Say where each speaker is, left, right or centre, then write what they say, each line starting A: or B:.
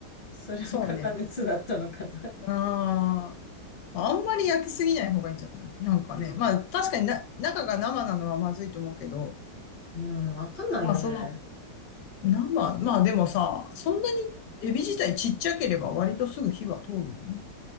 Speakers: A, on the left; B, on the left.
A: それは加熱だったのかな。
B: そうね。うん。まあんまり焼きすぎない方がいいんじゃないなんかね。
A: うん。
B: まあ確かにな、中が生なのはまずいと思うけど、
A: うん、わかんないよね。
B: まあその生、まあでもさ、そんなにエビ自体ちっちゃければ割とすぐ火は通るよね。